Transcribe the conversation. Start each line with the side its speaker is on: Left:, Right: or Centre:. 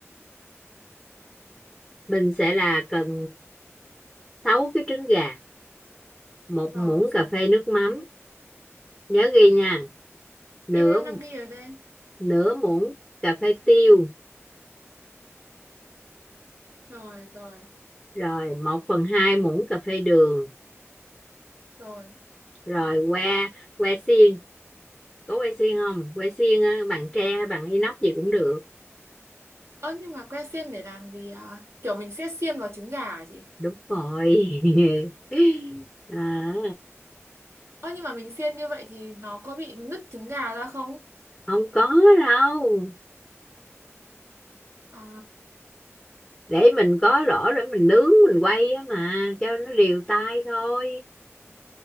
Centre: mình sẽ là cần 6 cái trứng gà một
Right: Vâng,
Centre: muỗng
Right: sáu.
Centre: cà phê nước mắm nhớ ghi nha nửa
Right: Em em đang ghi ở đây.
Centre: nửa muỗng cà phê tiêu
Right: Rồi, rồi,
Centre: rồi một phần hai muỗng cà phê đường
Right: rồi.
Centre: rồi que que xiên có que xiên không que xiên á, bằng tre hay bằng inox gì cũng được
Right: Ơ nhưng mà que xiên để làm gì à? Kiểu mình sẽ xiên vào trứng gà hả chị?
Centre: đúng rồi <laughs> à,
Right: Ơ nhưng mà mình xiên như vậy thì nó có bị nứt trứng gà ra không?
Centre: không có đâu
Right: À,
Centre: để mình có lỗ để mình nướng mình quay á mà cho nó đều tay thôi